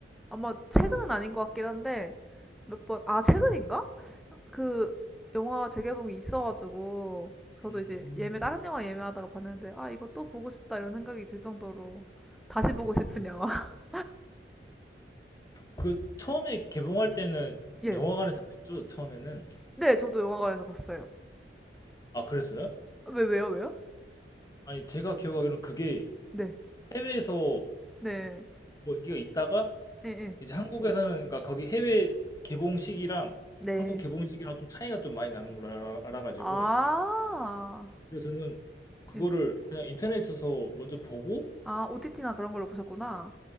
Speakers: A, in the centre; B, on the left.
A: 아마
B: 어.
A: 최근은 아닌 것 같긴 한데, 몇 번, 아, 최근인가? 그 영화 재개봉이 있어가지고 저도
B: 음,
A: 이제 예매 다른 영화 예매하다가 봤는데 아 이거 또 보고 싶다 이런 생각이 들 정도로 다시
B: 음.
A: 보고 싶은 영화. <laughs>
B: 그 처음에 개봉할 때는
A: 예.
B: 영화관에서 안 했죠, 처음에는.
A: 네, 저도 영화관에서 봤어요.
B: 아, 그랬어요?
A: 왜 왜요 왜요?
B: 아니, 제가 기억하기로는 그게
A: 네.
B: 해외에서
A: 네.
B: 뭐 인기가 있다가
A: 예 예.
B: 이제 한국에서는 그러니까 거기 해외 개봉 시기랑
A: 네.
B: 한국 개봉 시기랑 좀 차이가 좀 많이 나는 걸 알아, 알아가지고
A: 아.
B: 그래서 저는 그거를
A: 예.
B: 그냥 인터넷에서 먼저 보고
A: 아 OTT나 그런 걸로 보셨구나.